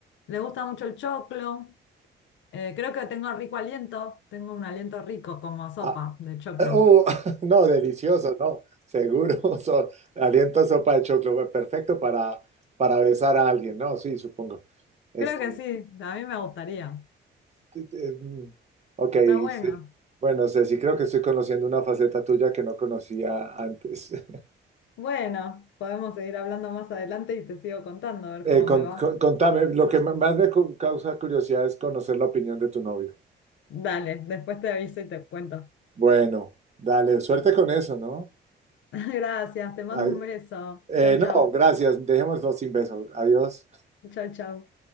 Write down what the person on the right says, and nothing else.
Ah,
oh, <laughs> no, delicioso, no, seguro. <laughs> So- aliento sopa de choclo, perfecto para, para besar a alguien, ¿no? Sí, supongo. Este,
t- t- mm, ok,
sí. Bueno, Ceci, creo que estoy conociendo una faceta tuya que no conocía antes. <laughs>
Eh,
con-
con- contame, lo que m- más me cu- causa curiosidad es conocer la opinión de tu novio.
Bueno, dale, suerte con eso, ¿no?
Ay,
eh,
no, gracias, dejémoslo sin beso. Adiós.